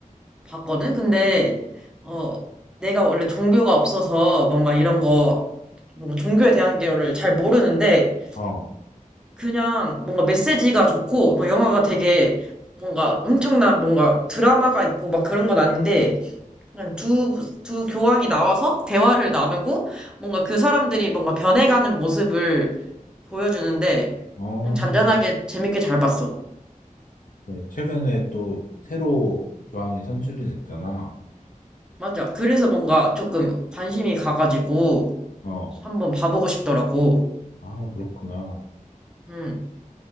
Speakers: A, in the centre; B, on the left.
A: 봤거든? 근데, 어, 내가 원래 종교가 없어서 뭔가 이런 거, 뭔가 종교에 대한 거를 잘 모르는데,
B: 어,
A: 그냥 뭔가 메시지가 좋고, 뭐 영화가 되게 뭔가 엄청난 뭔가 드라마가 있고 막 그런 건 아닌데, 그냥 두, 두 교황이 나와서 대화를 나누고, 뭔가 그 사람들이 뭔가 변해가는 모습을 보여주는데,
B: 어.
A: 그냥 잔잔하게 재밌게 잘 봤어.
B: 그래. 최근에 또 새로 교황이 선출이 됐잖아.
A: 맞아. 그래서 뭔가 조금 관심이 가가지고,
B: 어.
A: 한번 봐보고 싶더라고.
B: 아, 그렇구나.
A: 음,